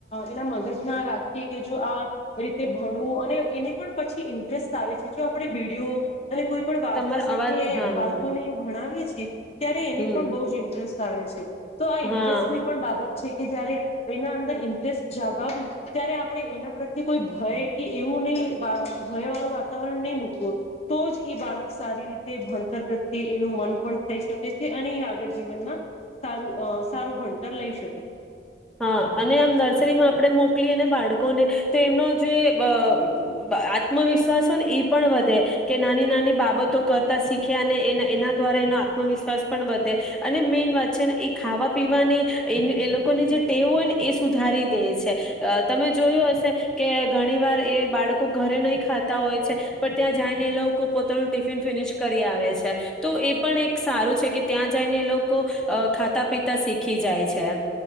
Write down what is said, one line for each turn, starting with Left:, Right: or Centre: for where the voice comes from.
Left: એના મગજમાં રાખીએ કે જો આ રીતે ભણવું અને એને પણ પછી ઇન્ટરેસ્ટ આવે છે જો આપણે વિડીયો અને કોઈ પણ વાર્તા
Centre: તમારો
Left: સાથે
Centre: અવાજ હા બોલો
Left: બાળકોને ભણાવીએ છીએ એ ત્યારે એને
Centre: હમ
Left: બહુંજ ઇન્ટરેસ્ટ આવે છે તો આ ઇન્ટરેસ્ટની
Centre: હા
Left: પણ બાબત છે કે જયારે એના અંદર જગાવું ત્યારે આપણે એના પ્રત્યે કોઈ ભય એ એવું નહી ભય વાળું વાતાવરણ નહી મૂકવું તો જ એ બાળક સારી રીતે ભણતર પ્રત્યે એનું મન પણ થઈ શકે છે અને આગળ જીવનમાં સારું અ સારું ભણતર લઈ શકે છે
Centre: હા અને આમ નર્સરીમાં આપણે મોકલીએ ને બાળકોને તો એમનો જે અ બ આત્મવિશ્વાસ હો ને એ પણ વધે કે નાની નાની બાબતો કરતા શીખે અને એ એના દ્વારા એનો આત્મવિશ્વાસ પણ વધે અને મેન વાત છે ને એ ખાવા પીવાની એ એ લોકોને જે તેઓને એ સુધારી દે છે તમે જોયું હશે કે ઘણી વાર એ બાળકો ઘરે નહી ખાતા હોય છે પણ ત્યાં જઈને એ લોકો પોતાનું ટિફિન ફિનિશ કરી આવે છે તો એ પણ એક સારું છે કે ત્યાં જઈને એ લોકો અ ખાતા પીતા શીખી જાય છે